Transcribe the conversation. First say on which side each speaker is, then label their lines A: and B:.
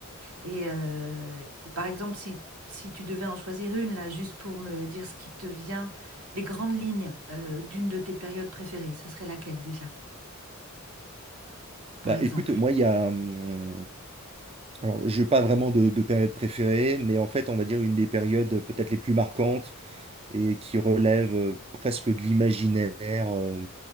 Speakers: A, on the right (about 80°); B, on the right (about 25°).
A: Et, euh, et par exemple, si, si tu devais en choisir une, là, juste pour me dire ce qui te vient, les grandes lignes euh, d'une de tes périodes préférées, ce serait laquelle déjà, par
B: Bah,
A: exemple?
B: écoute, moi, il y a. hum, Alors, je n'ai pas vraiment de, de période préférée, mais en fait, on va dire une des périodes euh, peut-être les plus marquantes. et qui relève euh, presque de l'imaginaire, euh,